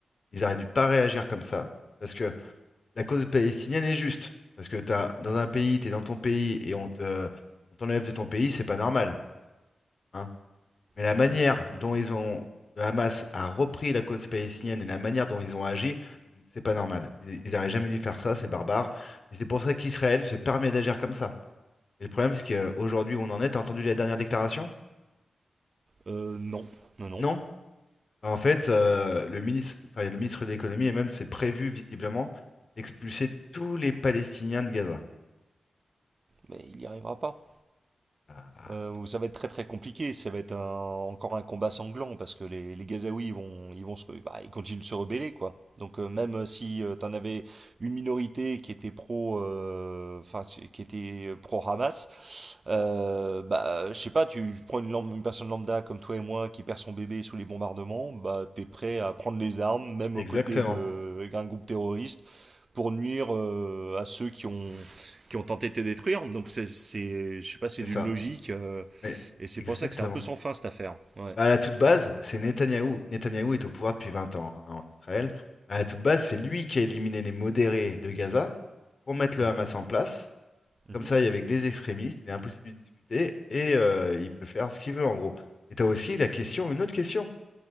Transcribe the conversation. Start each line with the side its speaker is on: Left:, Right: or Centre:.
Left: Ils auraient dû pas réagir comme ça, parce que la cause palestinienne est juste. Parce que t'as, dans
Right: hum,
Left: un pays, tu es dans ton pays et on te, on t'enlève de ton pays, c'est pas normal. hein. Mais la
Right: hum,
Left: manière
Right: hum, hum, hum.
Left: dont ils ont, le Hamas a repris la cause palestinienne et la manière dont ils ont agi, c'est pas normal. Ils ils auraient jamais dû faire ça, c'est barbare. Et c'est pour ça qu'Israël se permet d'agir comme ça. Et le problème, c'est qu'aujourd'hui, on en est. T'as entendu la dernière déclaration?
Right: Euh, non, non, non,
Left: Non? En fait, euh, le ministre, enfin, le ministre de l'économie et même c'est prévu visiblement d'expulser tous les Palestiniens de Gaza.
Right: mais il n'y arrivera pas.
Left: Ah,
Right: euh, où ça va être très très compliqué. Ça va être un- encore un combat sanglant parce que les, les Gazaouis ils vont, ils vont se, re- bah, ils continuent de se rebeller quoi. Donc euh, même euh, si tu t'en avais une minorité qui était pro, euh, enfin si, qui était pro Hamas, euh, bah, je sais pas, tu prends une, lam- une personne lambda comme toi et moi qui perd son bébé sous les bombardements, bah, t'es prêt à prendre les armes, même
Left: exactement,
Right: aux côtés de, d'un groupe terroriste, pour nuire euh, à ceux qui ont, qui ont tenté de te détruire. Donc c'est, c'est je sais pas, c'est
Left: c'est
Right: d'une
Left: ça.
Right: logique euh,
Left: Mais
Right: et c'est
Left: exactement.
Right: pour ça que c'est un peu sans fin cette affaire. Ouais.
Left: Bah, à la toute base, c'est Netanyahou. Netanyahou est au pouvoir depuis vingt ans hein, en Israël. À la toute base, c'est lui qui a éliminé les modérés de Gaza pour mettre le
Right: Mhm,
Left: Hamas en place.
Right: mhm.
Left: Comme ça, il y avait que des extrémistes, il est impossible de discuter et euh, il peut faire ce qu'il veut en gros. Et tu as aussi la question, une autre question,